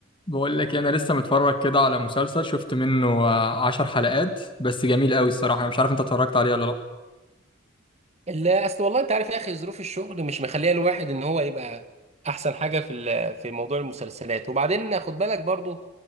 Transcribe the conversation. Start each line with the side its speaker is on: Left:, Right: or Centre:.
Left: بقول لك إيه، انا لسه متفرج كده على مسلسل شفت منه آه، عشر حلقات بس جميل قوي الصراحه أنا مش عارف انت اتفرجت عليه ولا لا
Right: لا اصل والله انت عارف يا اخي ظروف الشغل مش مخليه الواحد ان هو يبقى احسن حاجه في ال- في موضوع المسلسلات وبعدين خد بالك برضو